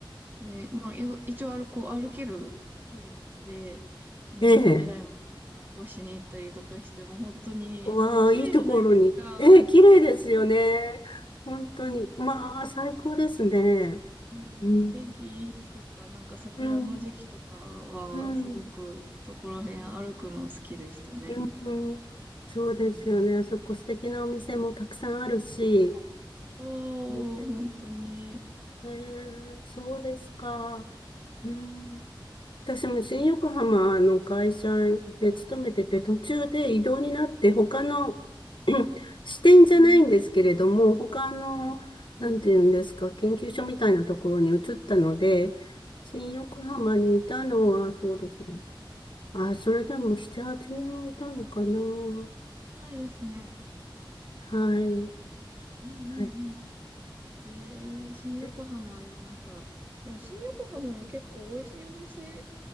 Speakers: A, on the right; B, on the left.
A: ね、まあ、よ一応歩こう、歩ける距離なので、みなとみらいまで散歩しに行ったりとかして、
B: ええ、
A: もう本当に、
B: わあ、
A: ね綺麗じゃないですか。
B: いいところに。ええ、綺麗ですよね。
A: <laughs>
B: 本当に。まあ、最高ですね。
A: うん、
B: うん、
A: 天気いい日とか、なんか桜の時期とかは、
B: うん、うん、
A: すごくそこら辺歩くの好きでしたね。
B: うん、うんそうですよね。
A: うんうん。
B: そこ素敵なお店もたくさんあるし。
A: うんいや、そう、
B: ね
A: 本当に。
B: えーそうですか。うん、私も新横浜の会社
A: うん
B: で勤めてて、途中で異動になって、他の
A: はい
B: <clears throat> 支店じゃないんですけれども、
A: うんうん、
B: 他の、
A: はい。
B: なんていうんですか、研究所みたいなところに移ったので、新横浜にいたのは、そうですね。あ、それでも7、8年はいたのかな。う
A: 長いですね。
B: んはい。
A: うんうん
B: はい。
A: うん。えー、新横浜でなんか、
B: え
A: でも新横浜も結構美味しいお店、